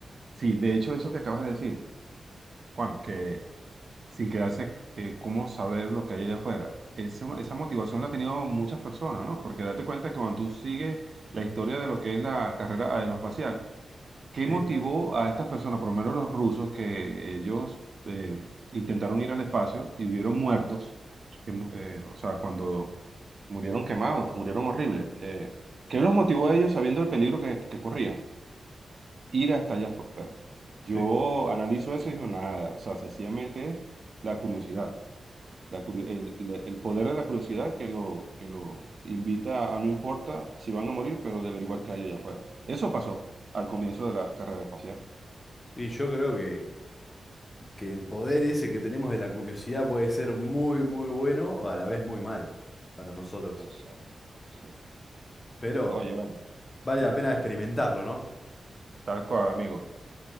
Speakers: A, on the right; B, on the left.
A: sí, de hecho eso que acabas de decir. Juan, que sin quedarse, eh, ¿cómo saber lo que hay allá afuera? Esa, esa motivación la han tenido muchas personas, ¿no? Porque date cuenta que cuando tú sigues la historia de lo que es la carrera aeroespacial, ¿qué
B: Sí,
A: motivó a estas personas, por lo menos los rusos, que ellos eh, intentaron ir al espacio y hubieron muertos? que mu- eh, o sea, cuando murieron quemados, murieron horribles. eh, ¿qué los motivó a ellos sabiendo el peligro que, que corrían? ir hasta allá afuera. Yo
B: sí.
A: analizo eso y digo nada, o sea, sencillamente es la curiosidad, la curio- el, el- el poder de la curiosidad que lo, que lo invita a no importa si van a morir, pero de averiguar qué hay allá afuera. Eso pasó al comienzo de la carrera espacial.
B: Y yo creo que, que el poder ese que tenemos de la curiosidad puede ser muy, muy bueno o a la vez muy malo para nosotros.
A: Exacto. sí.
B: Pero
A: Oye, bueno,
B: vale
A: sí,
B: la pena experimentarlo, ¿no?
A: tal cual, amigo.